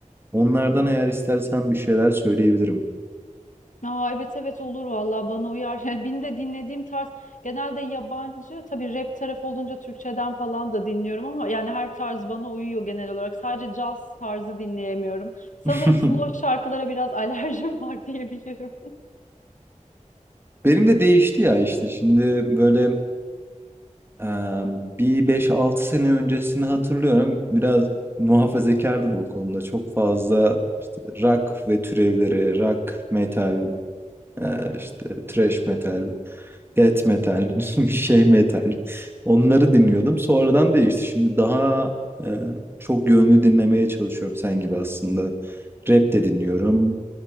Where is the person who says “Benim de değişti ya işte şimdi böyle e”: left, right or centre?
Right